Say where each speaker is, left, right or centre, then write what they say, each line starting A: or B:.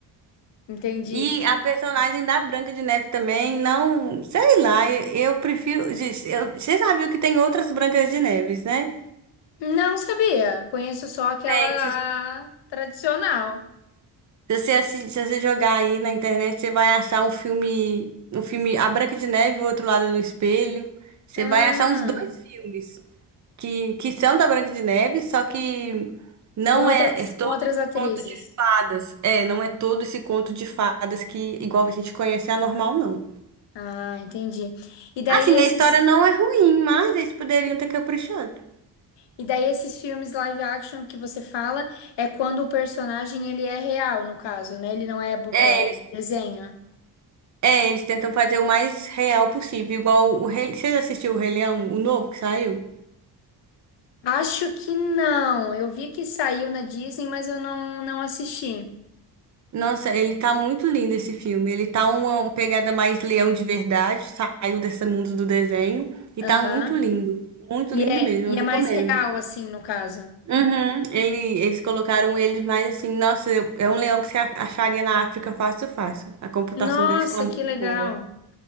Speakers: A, on the left; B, on the right.
A: Entendi.
B: E a personagem da Branca de Neve também, não, sei lá, eu, eu prefiro. gente, eu- Você já viu que tem outras Brancas de Neves, né?
A: Não sabia. Conheço só aquela
B: Tem,
A: a, tradicional.
B: Se você, assi- se você jogar aí na internet, você vai achar um filme, um filme A Branca de Neve e o Outro Lado do Espelho. Você
A: Ah,
B: vai achar uns dois filmes que, que são da Branca de Neve, só que não
A: com outras,
B: é, é todo
A: com outras
B: esse
A: atrizes.
B: conto de fadas. É, não é todo esse conto de fadas que, igual a gente conhece, é anormal, não.
A: Ah, entendi. E daí
B: Assim,
A: esses,
B: a história não é ruim, mas eles poderiam ter caprichado.
A: e daí esses filmes live action que você fala é quando o personagem ele é real, no caso, né? Ele não é, bo-
B: É,
A: é
B: eles,
A: desenho.
B: é, eles tentam fazer o mais real possível, igual o Rei... Você já assistiu o Rei Leão, o novo que saiu?
A: Acho que não. Eu vi que saiu na Disney, mas eu não, não assisti.
B: Nossa, ele tá muito lindo esse filme. Ele tá uma, uma pegada mais leão de verdade, saiu desse mundo do desenho e
A: Aham.
B: tá muito lindo. Muito
A: E
B: lindo
A: é,
B: mesmo,
A: e
B: eu recomendo.
A: é mais real, assim, no caso.
B: Uhum, ele, eles colocaram ele mais assim, nossa, eu- é um leão que você a- acharia na África fácil, fácil. A computação
A: Nossa,
B: deles tá muito
A: que legal.
B: boa.